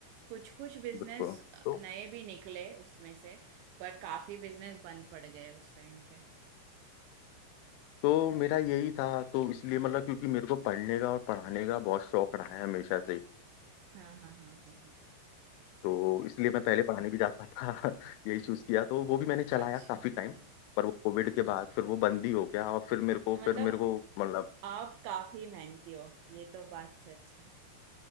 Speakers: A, on the right; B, on the left.
A: कुछ कुछ बिजनेस
B: बिल्कुल तो
A: नए भी निकले उसमें से बट काफी बिजनेस बंद पड़ गए उस टाइम पे
B: तो मेरा यही था तो इसलिए मतलब क्योंकि मेरे को पढ़ने का और पढ़ाने का बहुत शौक रहा है हमेशा से
A: हाँ हाँ हाँ हाँ हाँ।
B: तो इसलिए मैं पहले पढ़ाने भी जाता था <laughs> यही चूज किया तो वो भी मैंने चलाया
A: अच्छी
B: काफी
A: बात
B: टाइम
A: है
B: पर वो कोविड के बाद फिर वो बंद ही हो गया और फिर मेरे को
A: तो मतलब
B: फिर मेरे को मतलब
A: आप काफी मेहनती हो ये तो बात सच है